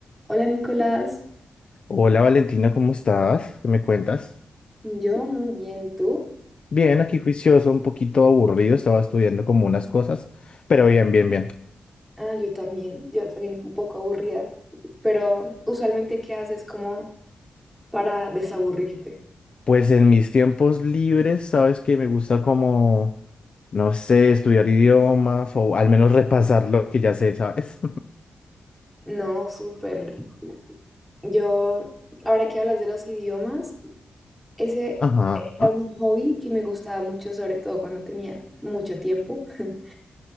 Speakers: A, in the centre; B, on the left (about 45°).
A: Hola Nicolás,
B: Hola Valentina, ¿cómo estás? ¿Qué me cuentas?
A: yo muy bien, ¿y ¿tú?
B: Bien, aquí juicioso, un poquito aburrido, estaba estudiando como unas cosas, pero bien, bien, bien.
A: Ah, yo también, yo también un poco aburrida, pero usualmente ¿qué haces como para desaburrirte?
B: Pues en mis tiempos libres, sabes que me gusta como, no sé, estudiar idiomas o al menos repasar lo que ya sé, ¿sabes?
A: No, súper. Yo, ahora que hablas de los idiomas, ese
B: <laughs> Ajá.
A: era un hobby que me gustaba mucho, sobre todo cuando tenía mucho tiempo. <laughs>